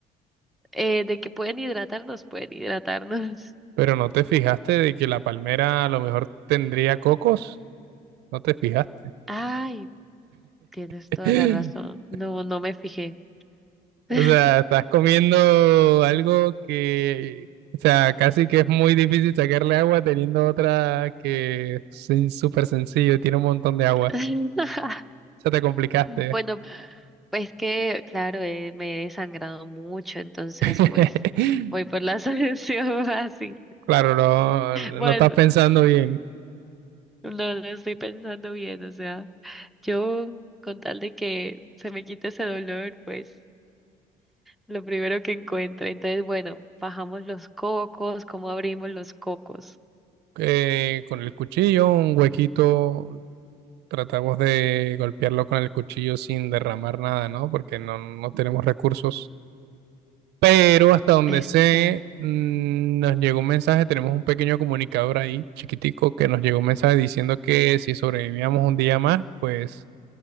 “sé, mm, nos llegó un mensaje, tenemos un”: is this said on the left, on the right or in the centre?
Right